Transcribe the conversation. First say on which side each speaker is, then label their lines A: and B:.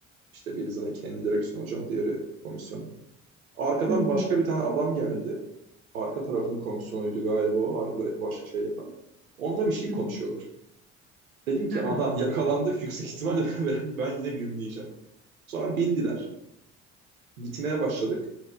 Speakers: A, on the right (about 80°); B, on the right (about 25°).
A: İşte biri zaten kendi direksiyon hocam, diğeri komisyon. Arkadan
B: hı
A: başka
B: hı.
A: bir tane adam geldi. Arka tarafın komisyonuydu galiba o. Arkada başka şey yapan. Onunla bir şey
B: <laughs> hı
A: konuşuyorlar.
B: hı.
A: Dedim ki
B: Aa.
A: aha yakalandık yüksek ihtimalle <laughs> ben, yine gümleyeceğim. Sonra bindiler. Gitmeye başladık.